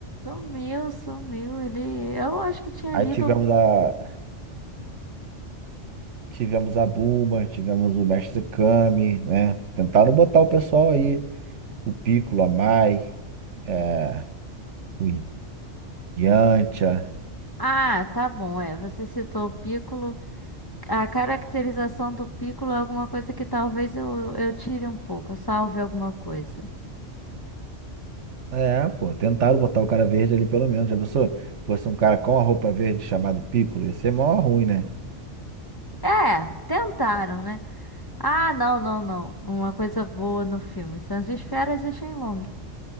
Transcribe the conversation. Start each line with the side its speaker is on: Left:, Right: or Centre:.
Left: Sumiu, sumiu. Ele. Eu acho que tinha
Right: Aí
Left: lido.
Right: tivemos
Left: um
Right: a tivemos a Bulma, tivemos o Mestre Kami, né? Tentaram botar o pessoal aí, o Piccolo, a Mai, é, o Yantia.
Left: Ah, tá bom, é. Você citou o Piccolo. A caracterização do Piccolo é alguma coisa que talvez eu, eu tire um pouco, eu salve alguma coisa.
Right: É, pô, tentaram botar o cara verde ali pelo menos. Já pensou? Fosse um cara com a roupa verde chamado Piccolo, ia ser mó ruim, né?
Left: É, tentaram, né? Ah, não, não, não. Uma coisa boa no filme são as esferas e o Shenlong.